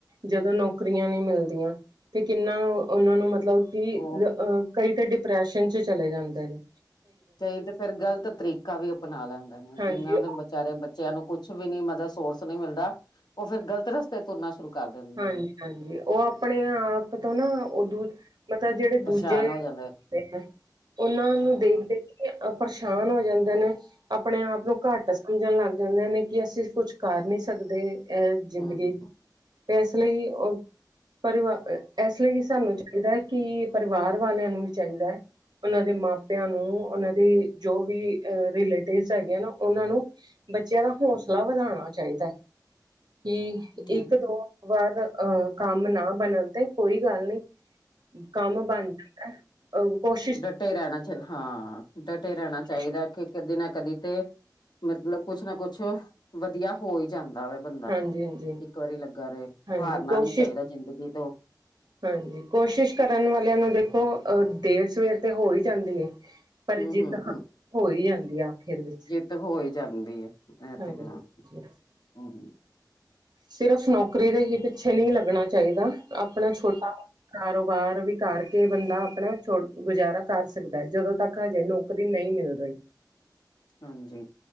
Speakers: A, on the right; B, on the left.
A: ਜਦੋਂ ਨੌਕਰੀਆਂ ਨਹੀਂ ਮਿਲਦੀਆਂ, ਤੇ ਕਿੰਨਾ ਉਹਨਾਂ ਨੂੰ ਮਤਲਬ ਕਿ,
B: ਉਹ
A: ਅਹ ਕਈ ਤਾਂ ਡਿਪਰੈਸ਼ਨ 'ਚ ਚਲੇ ਜਾਂਦੇ ਨੇ।
B: ਕਈ ਤੇ ਫੇਿਰ, ਗ਼ਲਤ ਤਰੀਕਾ ਵੀ ਅਪਣਾ ਲੈਂਦੇ ਨੇ।
A: ਹਾਂਜੀ
B: ਜਿੰਹਨਾਂ ਦੇ ਵਿਚਾਰੇ ਬੱਚਿਆਂ ਨੂੰ ਕੁਛ ਵੀ ਨੀ, ਮਤਲਬ ਸੋਰਸ ਨਹੀਂ ਮਿਲਦਾ। ਉਹ ਫਿਰ ਗਲਤ ਰਸਤੇ ਤੁਰਨਾ ਸ਼ੁਰੂ ਕਰ ਦਿੰਦੇ।
A: ਹਾਂਜੀ
B: ਨੇ
A: ਹਾਂਜੀ ਉਹ ਆਪਣੇ ਆਪ ਤੋਂ ਨਾ ਉਹਦੂ ਮਤਲਬ ਜਿਹੜੇ ਦੂਜੇ
B: ਪਰੇਸ਼ਾਨ ਹੋ ਜਾਂਦੇ
A: ਉਹਨਾਂ ਨੂੰ
B: ਹਾਂ
A: ਦੇਖ ਦੇਖ ਪਰਸ਼ਾਨ ਹੋ ਜਾਂਦੇ ਨੇ ਆਪਣੇ ਆਪ ਨੂੰ ਘੱਟ ਸਮਝਣ ਲੱਗ ਜਾਂਦੇ ਨੇ। ਕਿ ਅਸੀਂ ਕੁਛ ਕਰ ਨੀ ਸਕਦੇ ਇਹ ਜ਼ਿੰਦਗੀ
B: ਹਮ
A: ਤੇ ਏਸ ਲਈ ਉਹ ਪਰਿਵਾ ਇਸ ਲਈ ਸਾਨੂੰ ਚਾਹੀਦਾ ਹੈ ਕਿ ਪਰਿਵਾਰ ਵਾਲਿਆਂ ਨੂੰ ਵੀ ਚਾਹੀਦਾ ਹੈ। ਉਹਨਾਂ ਦੇ ਮਾਪਿਆਂ ਨੂੰ ਉਹਨਾਂ ਦੇ ਜੋ ਵੀ ਰਿਲੇਟਿਵਸ ਹੈਗੇ ਨਾ ਉਹਨਾਂ ਨੂੰ। ਬੱਚਿਆਂ ਦਾ ਹੌਸਲਾ ਵਧਾਣਾ ਚਾਹੀਦਾ ਕਿ
B: ਹਮ
A: ਇੱਕ ਦੋ ਵਾਰ ਅਹ ਕੰਮ ਨਾ ਬਣਨ ਤੇ ਕੋਈ ਗੱਲ ਨੀ ਕੰਮ ਬਣ ਅ ਕੋਸ਼
B: ਡਟੇ ਰਹਿਣਾ ਚਾ ਹਾਂ ਡਟੇ ਰਹਿਣਾ ਚਾਹੀਦਾ
A: ਹੈ।
B: ਕਿ ਕਦੇ ਨਾ ਕਦੀ ਤੇ ਮਤਲਬ ਕੁਛ ਨਾ ਕੁਛ ਵਧੀਆ। ਹੋ ਈ ਜਾਂਦਾ ਵੇ ਬੰਦਾ
A: ਹਾਂਜੀ ਹਾਂਜੀ
B: ਇੱਕ ਵਾਰੀ ਲੱਗਾ ਰਹੇ
A: ਹਾਂਜੀ
B: ਹਾਰਨਾ
A: ਕੋਸ਼ਿਸ਼
B: ਨੀ ਚਾਹੀਦਾ ਜ਼ਿੰਦਗੀ ਤੋਂ
A: ਹਾਂਜੀ ਕੋਸ਼ਿਸ਼ ਕਰਨ ਵਾਲਿਆਂ ਨੂੰ ਦੇਖੋ ਅਹ ਦੇਰ ਸਵੇਰ ਤੇ ਹੋ ਹੀ ਜਾਂਦੀ ਏ। ਪਰ
B: ਹਮ
A: ਜਿੱਤ
B: ਹਮ
A: ਹ ਹੋ ਹੀ ਜਾਂਦੀ ਆਖਿਰ ਵਿੱਚ
B: ਤੇ ਹੋ ਹੀ ਜਾਂਦੀ ਹੈ ਇਹ
A: ਹਾਂਜੀ।
B: ਤੇ ਹੈ ਹੁ
A: ਸਿਰਫ਼ ਨੌਕਰੀ ਦੇ ਹੀ ਪਿੱਛੇ ਨਹੀਂ ਲੱਗਣਾ ਚਾਹੀਦਾ ਆਪਣਾ ਛੋਟਾ ਮੋ ਕਾਰੋਬਾਰ ਵੀ ਕਰਕੇ ਬੰਦਾ ਆਪਣਾ ਛੋ ਗੁਜ਼ਾਰਾ ਕਰ ਸਕਦਾ ਜਦੋਂ ਤੱਕ ਹਜੇ ਨੌਕ ਨੋਕਰੀ ਨਹੀਂ ਮਿਲ ਰਹੀ
B: ਹਾਂਜੀ